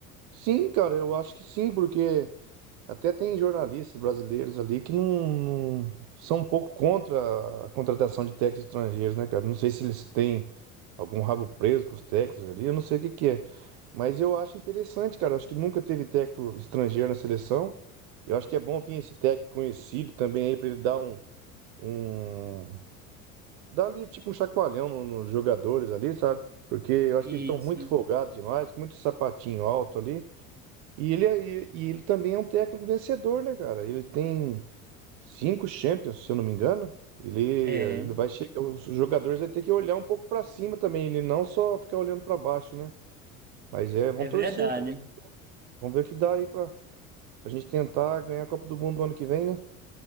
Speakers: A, on the right; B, on the right.
A: Sim, cara, eu acho que sim, porque até tem jornalistas brasileiros ali que não, não- são um pouco contra a contratação de técnicos estrangeiros, né, cara? Não sei se eles têm algum rabo preso com os técnicos ali, eu não sei o que que é. Mas eu acho interessante, cara. eu Acho que nunca teve técnico estrangeiro na seleção. Eu acho que é bom vir esse técnico conhecido também aí para ele dar um, um. Dá ali tipo um chacoalhão no- nos jogadores ali, sabe? Porque eu acho
B: Isso.
A: que eles estão muito folgados demais, com muito sapatinho alto ali. E ele, é- e, e ele também é um técnico vencedor, né, cara? Ele tem cinco Champions, se eu não me engano. Ele,
B: É,
A: ele vai chegar, os jogadores vão ter que olhar um pouco pra cima também, ele não só ficar olhando pra baixo, né? Mas é, vamos
B: é
A: torcer
B: verdade.
A: aí pra ver. Vamos ver o que dá aí pra, pra gente tentar ganhar a Copa do Mundo no ano que vem, né?